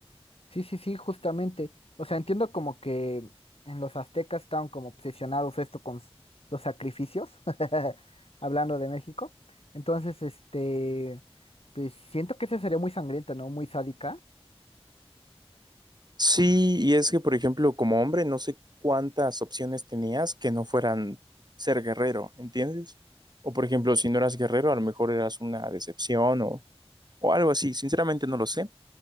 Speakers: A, on the left (about 65°); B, on the right (about 40°).
A: Sí, sí, sí, justamente. O sea, entiendo como que en los aztecas estaban como obsesionados esto con s- los sacrificios, <laughs> hablando de México. Entonces, este, pues siento que esa sería muy sangrienta, ¿no? Muy sádica.
B: Sí, y es que, por ejemplo, como hombre, no sé cuántas opciones tenías que no fueran ser guerrero, ¿entiendes? O, por ejemplo, si no eras guerrero, a lo mejor eras una decepción o, o algo así. Sinceramente no lo sé,